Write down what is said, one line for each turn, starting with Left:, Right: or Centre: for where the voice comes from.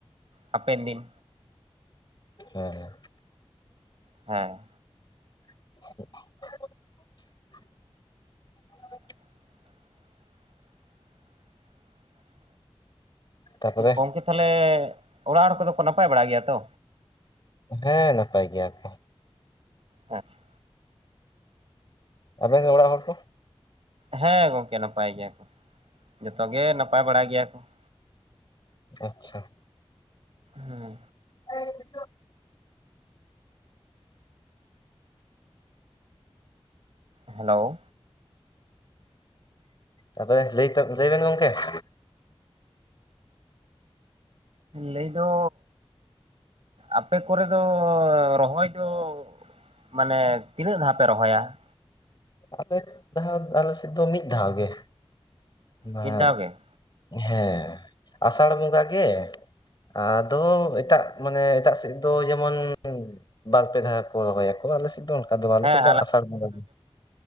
Right: ᱦᱟᱯᱮᱱ ᱫᱤᱱ
Left: ᱦᱮᱸ ᱦᱮᱸ
Right: ᱦᱮᱸ
Left: <inaudible>
Right: <inaudible>
Left: ᱛᱟᱯᱚᱨᱮ
Right: ᱜᱚᱝᱠᱮ ᱛᱟᱦᱚᱞᱮ ᱚᱲᱟᱜ ᱦᱚᱲ ᱠᱚᱫᱚ ᱠᱚ ᱱᱟᱯᱟᱭ ᱵᱟᱲᱟ ᱜᱮᱭᱟ ᱛᱚ
Left: ᱦᱮᱸ ᱱᱟᱯᱟᱭ ᱜᱮᱭᱟ ᱠᱚ
Right: ᱟᱪᱪᱷᱟ
Left: ᱟᱵᱮᱱ ᱨᱮ ᱚᱲᱟᱜ ᱦᱚᱲ ᱠᱚ
Right: ᱦᱮᱸ ᱜᱚᱝᱠᱮ ᱱᱟᱯᱟᱭ ᱜᱮᱭᱟ ᱠᱚ ᱡᱚᱛᱚ ᱜᱮ ᱱᱟᱯᱟᱭ ᱵᱟᱲᱟᱟᱭ ᱜᱮᱭᱟ ᱠᱚ ᱾
Left: ᱟᱪᱪᱷᱟ ᱾
Right: ᱦᱮᱸ ᱾
Left: ᱦᱮ ᱾
Right: ᱦᱮᱞᱳ ᱾
Left: ᱛᱟᱯᱚᱨᱮ ᱞᱟᱹᱭ ᱞᱟᱹᱭ ᱵᱮᱱ ᱜᱚᱢᱠᱮ ᱾
Right: ᱞᱟᱹᱭ ᱫᱚ ᱟᱯᱮ ᱠᱚᱨᱮ ᱫᱚ ᱨᱚᱦᱚᱭ ᱫᱚ ᱾ ᱢᱟᱱᱮ ᱛᱤᱱᱟᱹᱜ ᱫᱷᱟᱣ ᱯᱮ ᱨᱚᱦᱚᱭᱟ ᱾
Left: ᱟᱞᱮ ᱫᱷᱟᱣ ᱟᱞᱮ ᱥᱮᱫ ᱫᱚ ᱢᱤᱫ ᱫᱷᱟᱣ ᱜᱮ ᱦᱮᱸ
Right: ᱢᱤᱫ ᱫᱷᱟᱣ ᱜᱮ?
Left: ᱦᱮᱸ ᱟᱥᱟᱲ ᱵᱚᱸᱜᱟ ᱜᱮ᱾ ᱟᱫᱚ ᱮᱴᱟᱜ ᱢᱟᱱᱮ ᱮᱴᱟᱜ ᱥᱮᱫ ᱫᱚ ᱡᱮᱢᱚᱱ ᱾ ᱵᱟᱨ ᱯᱮ ᱫᱷᱟᱣ ᱠᱚ ᱨᱚᱦᱚᱭᱟᱠᱚ ᱟᱞᱮ ᱥᱮᱫ ᱫᱚ ᱚᱱᱠᱟ ᱫᱚ ᱟᱞᱮ
Right: ᱦᱮᱸ
Left: ᱥᱮᱫ ᱫᱚ ᱟᱥᱟᱲ ᱵᱚᱸᱜᱟ ᱜᱮ᱾